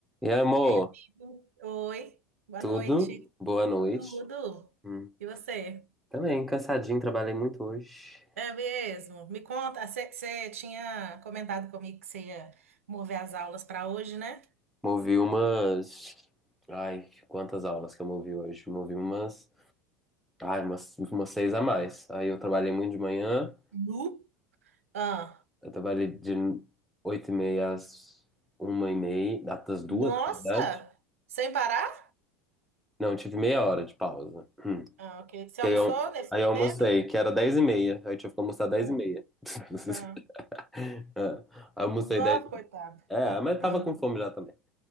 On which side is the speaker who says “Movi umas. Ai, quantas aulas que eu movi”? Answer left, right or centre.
Centre